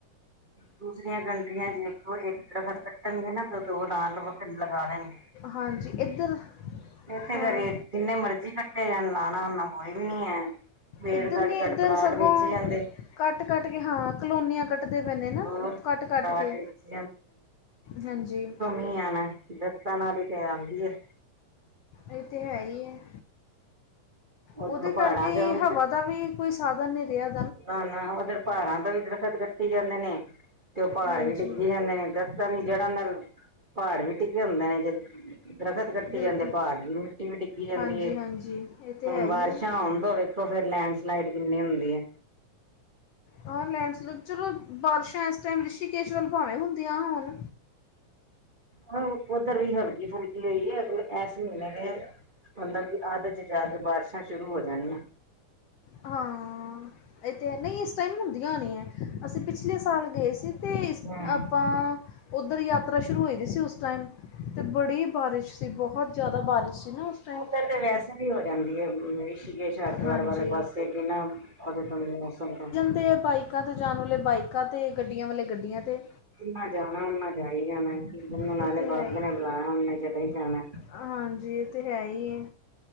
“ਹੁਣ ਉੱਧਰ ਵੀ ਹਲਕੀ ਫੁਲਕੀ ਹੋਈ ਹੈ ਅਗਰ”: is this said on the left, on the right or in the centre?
Right